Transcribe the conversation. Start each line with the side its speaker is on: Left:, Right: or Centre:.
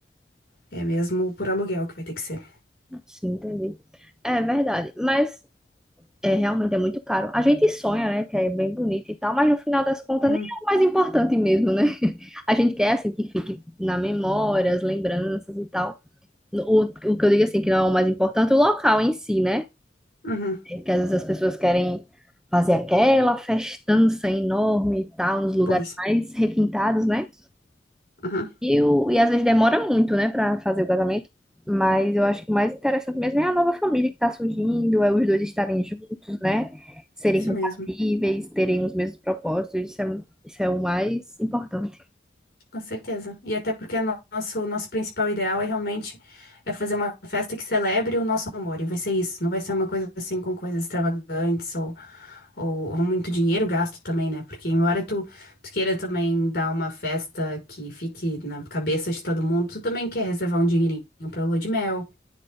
Left: é mesmo por aluguel que vai ter que ser.
Centre: Sim, entendi. É verdade. Mas é, realmente é muito caro. A gente sonha, né? Que é bem bonito e tal, mas no final das contas
Left: Hum,
Centre: nem é o mais importante mesmo, né? A gente quer assim que fique na memória, as lembranças e tal. O, o que eu digo assim, que não é o mais importante, o local em si, né?
Left: uhum,
Centre: É que às vezes as pessoas querem fazer aquela festança enorme e tal, nos lugares
Left: pois.
Centre: mais requintados, né?
Left: Uhum,
Centre: E, o, e às vezes demora muito, né, pra fazer o casamento. Mas eu acho que o mais interessante mesmo é a nova família que tá surgindo, é os dois estarem juntos, né? Serem
Left: isso
Centre: compatíveis,
Left: mesmo.
Centre: terem os mesmos propósitos, isso é, isso é o mais importante.
Left: Com certeza. E até porque no- nosso, nosso principal ideal é realmente é fazer uma festa que celebre o nosso amor. E vai ser isso. Não vai ser uma coisa assim com coisas extravagantes ou, ou, ou muito dinheiro gasto também, né? Porque embora tu, tu queira também dar uma festa que fique na cabeça de todo mundo, tu também quer reservar um dinheirinho pra lua de mel